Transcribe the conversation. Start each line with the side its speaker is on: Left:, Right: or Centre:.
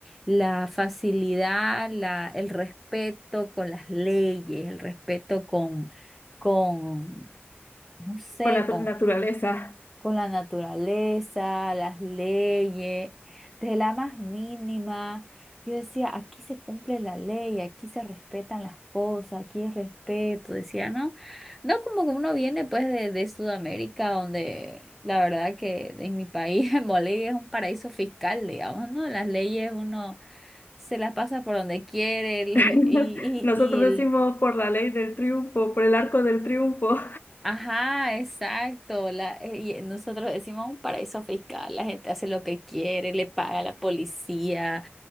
Centre: la facilidad, la, el respeto con las leyes, el respeto con, con, no
Left: <laughs>
Centre: sé,
Left: Con la tu- naturaleza.
Centre: con la naturaleza, las leyes, desde la más mínima. Yo decía, aquí se cumple la ley, aquí se respetan las cosas, aquí es respeto, decía, ¿no? No como que uno viene pues de, de Sudamérica, donde la verdad que en mi país, <laughs> en Bolivia, es un paraíso fiscal, digamos, ¿no? Las leyes uno se las pasa por donde quiere el-
Left: <laughs>
Centre: <laughs> y,
Left: Nosotros
Centre: y,
Left: decimos por la ley del triunfo, por el arco del triunfo.
Centre: Ajá, exacto. La, eh, y nosotros decimos un paraíso fiscal, la gente hace lo que quiere, le paga a la policía